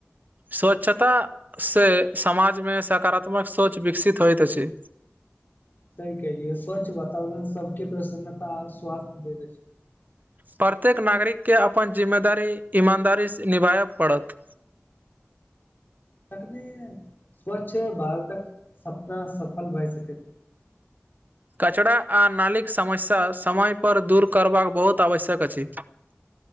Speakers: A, on the right; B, on the left.
A: स्वच्छतास से समाजमे सकारात्मक सोच विकसित होइत अछि
B: सह कलियै स्वच्छ वातावरण सबके प्रसन्नता स्वासथ्य भ
A: प्रत्येक नागरिक के अपन जिम्मेदारी ईमानदारीसँ निभायय पड़त
B: तखने स्वच्छ भारत कऽ सपना सफल भए सकैत
A: कचरा आ नालीक समस्या समयपर दूर करबाक बहुत आवश्यक अछि